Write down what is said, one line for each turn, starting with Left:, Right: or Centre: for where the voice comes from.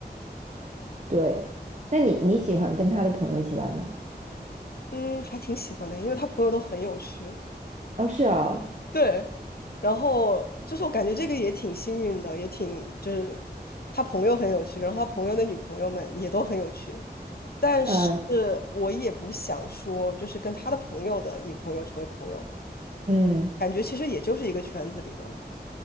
Right: 对。那你你喜欢跟他的朋友一起玩吗？
Left: 嗯，还挺喜欢的，因为他朋友都很有趣。
Right: 哦，是哦，
Left: 对，然后就是我感觉这个也挺幸运的，也挺就是他朋友很有趣，然后他朋友的女朋友们也都很有趣，但是
Right: 嗯
Left: 我也不想说就是跟他的朋友的女朋友成为朋友，
Right: 嗯
Left: 感觉其实也就是一个圈子里的，